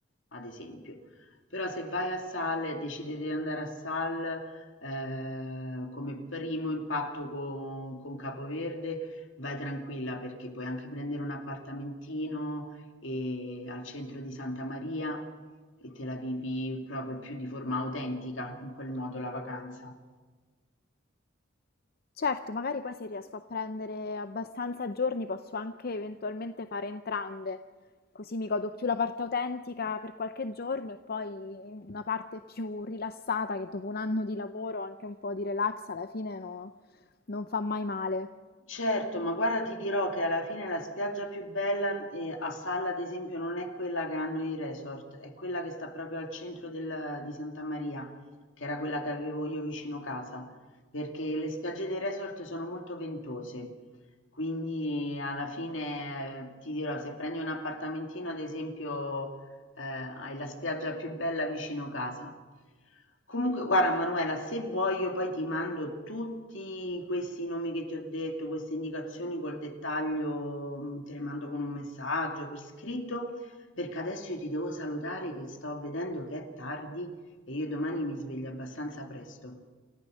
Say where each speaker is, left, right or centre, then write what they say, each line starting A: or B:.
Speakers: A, on the left; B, on the left.
A: ad esempio. Però se vai a Sal e decidi di andare a Sal, ehm, come primo impatto con con Capoverde, vai tranquilla perché puoi anche prendere un appartamentino, ehm, al centro di Santa Maria e te la vivi proprio più di forma autentica in quel modo la vacanza.
B: Certo, magari poi se riesco a prendere abbastanza giorni posso anche eventualmente fare entrambe, così mi godo più la parte autentica per qualche giorno e poi una parte più rilassata che dopo un anno di lavoro, anche un po' di relax alla fine no- non fa mai male.
A: Certo, ma guarda ti dirò che alla fine la spiaggia più bella, ehm, a Salla ad esempio non è quella che hanno i resort, è quella che sta proprio al centro del di Santa Maria, che era quella che avevo io vicino casa, perché le spiagge dei resort sono molto ventose. Quindi alla fine, eh, ti dirò, se prendi un appartamentino ad esempio eh, hai la spiaggia più bella vicino casa. Comunque, guarda Manuela, se vuoi io poi ti mando tutti questi nomi che ti ho detto, queste indicazioni col dettaglio, mh, te le mando con un messaggio per scritto, perché adesso io ti devo salutare che sto vedendo che è tardi e io domani mi sveglio abbastanza presto.